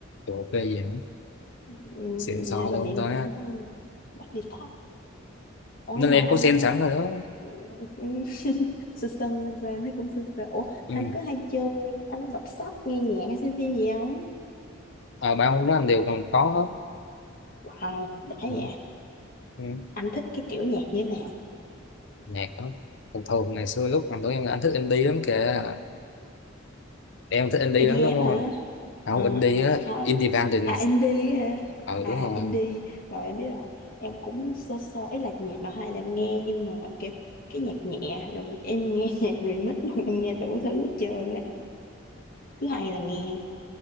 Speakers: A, on the left; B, on the left.
A: Trời, ok gì nữa
B: ừ,
A: xịn sò
B: nhà
A: luôn
B: ba mẹ em
A: ta
B: cũng có bắt đi tập ủa
A: nên là
B: rồi
A: em
B: anh
A: có xem
B: có
A: sẵn rồi đó
B: Ừ, <laughs> sơ sơ và em thấy cũng sơ sơ ủa
A: ừ.
B: anh cứ hay chơi anh đọc sách nghe nhạc hay xem phim gì không
A: à, ba món đó anh đều còn có hết
B: wow đã vậy
A: ừ. Ừ.
B: anh thích cái kiểu nhạc như thế nào
A: nhạc đó thường thường ngày xưa lúc còn tuổi em là anh thích indie lắm kìa em thích indie
B: EDM
A: lắm đúng
B: hả
A: không không
B: Ờ,
A: indie á
B: thôi
A: independent
B: à indie hả
A: ờ
B: à,
A: đúng
B: à
A: rồi
B: indie rồi em biết rồi em cũng sơ sơ ấy là nhạc mà hay là em nghe nhưng mà kiểu cái nhạc nhẹ rồi em nghe <laughs> nhạc remix rồi em nghe đủ thứ hết trơn á cứ hay là nghe